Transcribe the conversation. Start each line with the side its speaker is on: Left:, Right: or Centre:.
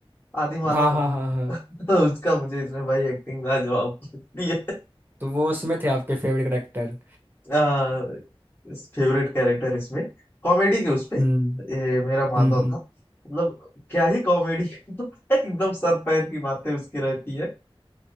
Left: आदि मानव
Right: हाँ हाँ हाँ हाँ
Left: <laughs> तो उसका मुझे इसमें भाई एक्टिंग लाजवाब लगती <laughs> है
Right: तो वो उसमें थे आपके फेवरेट करेक्टर
Left: आ, फेवरेट कैरेक्टर इसमें कॉमेडी के उसपे ये
Right: हम्म
Left: मेरा मानव
Right: हम्म हम्म
Left: था मतलब क्या ही कॉमेडी <laughs> एकदम सर पैर की बातें उसकी रहती है